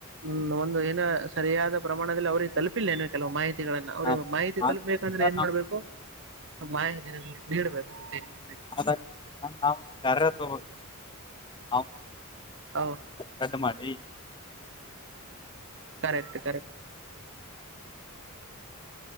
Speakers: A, on the right; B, on the left.
A: ಹ ಒಂದು ಏನ ಸರಿಯಾದ ಪ್ರಮಾಣದಲ್ಲಿ ಅವಿಗೆ ತಲುಪಿಲ್ಲೇನು ಕೆಲವು ಮಾಹಿತಿ ಅವ್ರ
B: ಹಾಂ
A: ಮಾಹಿತಿ
B: ಹಾಂ
A: ತಲುಪಬೇಕಂದ್ರೆ
B: ನಮ್ಮ
A: ಏನ್ ಮಾಡ್ಬೇಕು ಮಾಯ ಬಿಡ್ಬೇಕೇು
B: ಹೌದ ನಾ ಹ ಸ ಹಾ
A: ಹೌ
B: ಕಡ್ ಮಾಡಿ
A: ಕರೆಕ್ಟ್ ಕರೆಕ್ಟ್